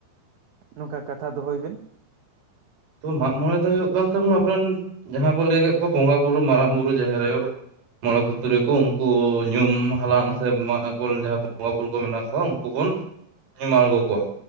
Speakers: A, on the right; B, on the right.
A: ᱱᱚᱝᱠᱟ ᱠᱟᱛᱷᱟ ᱫᱚᱦᱚᱭ ᱵᱮᱱ ᱾
B: ᱛᱚ ᱢᱟᱜ ᱢᱚᱬᱮ ᱫᱚ ᱦᱩᱭᱩᱜ ᱠᱟᱱ ᱛᱟᱵᱚᱱᱟ ᱟᱵᱚᱨᱮᱱ ᱡᱟᱦᱟᱸᱭ ᱠᱚ ᱞᱟᱹᱭ ᱠᱟᱫ ᱠᱚᱣᱟ ᱵᱚᱸᱜᱟ ᱵᱩᱨᱩ ᱢᱟᱨᱟᱝ ᱵᱩᱨᱩ ᱡᱟᱦᱮᱨ ᱟᱭᱳᱜ ᱾ ᱢᱚᱬᱮ ᱠᱚ ᱛᱩᱨᱩᱭ ᱠᱚ ᱩᱱᱠᱩ ᱧᱩᱢ ᱦᱟᱞᱟᱝ ᱥᱮ ᱟᱵᱚᱨᱮᱱ ᱡᱟᱦᱟᱸᱭ ᱵᱚᱸᱜᱟ ᱵᱩᱨᱩ ᱠᱚ ᱢᱮᱱᱟᱜ ᱠᱚᱣᱟ ᱾ ᱩᱱᱠᱩ ᱵᱚᱱ ᱧᱩᱢ ᱟᱬᱜᱚ ᱠᱚᱣᱟ